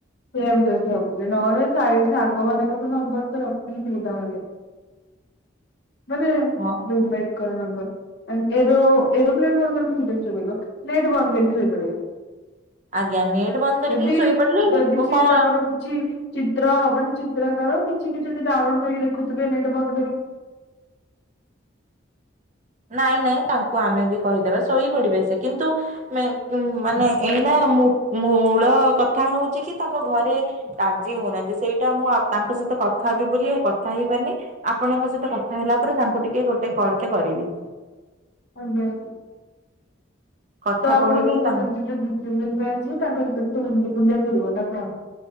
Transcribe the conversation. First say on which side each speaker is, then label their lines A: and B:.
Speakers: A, on the left (about 60°); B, on the right (about 40°).
A: ସେଇଆ ବି ଜଷ୍ଟ ଭାବୁଥିଲି ନହେଲେ ସାଇଡ୍ ସାଙ୍ଗମାନ ତମ ନମ୍ବର ତ ରଖିଲି ଦିଟା ବେଲେ। ମାନେ
B: ହଁ
A: ରୁମମେଣ୍ଟଙ୍କର ନମ୍ବର। ଆଣ୍ ଏରୋ ଏରୋପ୍ଲେନ ମୋଡ୍ କରିକି <unintelligible> ଶୋଇପଡିବ ନେଟ୍ ବନ୍ଦ କରିକି ଶୋଇପଡିବ।
B: ଆଜ୍ଞା ନେଟ୍ ବନ୍ଦ କରିକି
A: ଯଦି
B: ଶୋଇପଡିଲେ।
A: ଯଦି ସିଏ
B: କଣ
A: ତାଙ୍କର କିଛି ଚିତ୍ର ମାନେ ଚିତ୍ରକାର। <unintelligible> ଯଦି ଡାଉନଲୋଡ କରିକି ଦେଖୁଥିବେ ନେଟ୍ ବନ୍ଦ କରକି।
B: ନାଇଁ ନାଇଁ ତାଙ୍କୁ ଆମେ ବି କହିଦେବା ଶୋଇ ପଡିବେ ସେ କିନ୍ତୁ ମେ ମାନେ ଏଇନା। ମୂ ମୂଳ କଥା ହଉଚିକି ତାଙ୍କ ଘରେ ରାଜି ହଉନାହାନ୍ତି ସେଇଟା ମୁଁ ଆ ତାଙ୍କ ସ କଥା ହେବି ବୋଲି ଆଉ କଥା ହେଇପାରନି ଆପଣଙ୍କ ସହିତ କଥା ହେଲା ପରେ ତାଙ୍କୁ ଟିକେ ଗୋଟେ କଲ ଟେ କରିବି।
A: ଆଜ୍ଞା।
B: କଥା
A: ତ ଆପଣ
B: କହିବି
A: କ କହୁଛନ୍ତି
B: ତାଙ୍କ
A: <unintelligible> ଯେଉ ଦିଇ ତିନି ଦିନ ପାଇଁ ଆସିବ ତାଙ୍କ ଭିତରେ ତୁ ବୁଲି ବୁଲିବାକୁ ପଡିବ ନା କଣ?